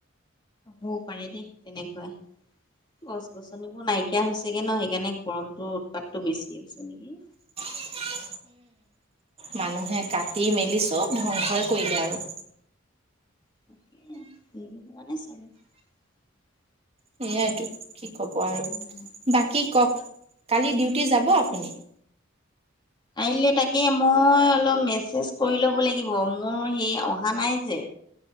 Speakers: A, on the left; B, on the right.
A: হ'বও পাৰে দেই, তেনেকুৱা। গছ-গছনিবোৰ নাইকিয়া হৈছেগে নহয়, সেইকাৰণে গৰমটো উৎপাতটো বেছি হৈছে নেকি!
B: <unintelligible> মানুহে কাটি মেলি চব ধ্বংসই কৰিলে আৰু।
A: <unintelligible>
B: সেয়াইটো কি কব আৰু,
A: উম।
B: বাকী কক। কালি ডিউটি যাব আপুনি?
A: কাইলে তাকে, মই অলপ মেছেজ কৰি ল'ব লাগিব, মোৰ হেৰি অহা নাই যে।